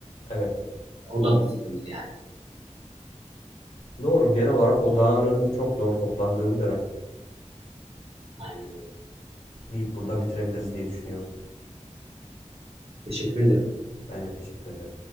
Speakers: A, on the left; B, on the right.
A: Evet
B: O da bir sıkıntı yani.
A: doğru genel olarak odağının çok zor toplandığı bir dönem
B: Aynen öyle.
A: deyip burada bitirebiliriz diye düşünüyorum.
B: Teşekkür ederim.
A: Ben de teşekkür ederim.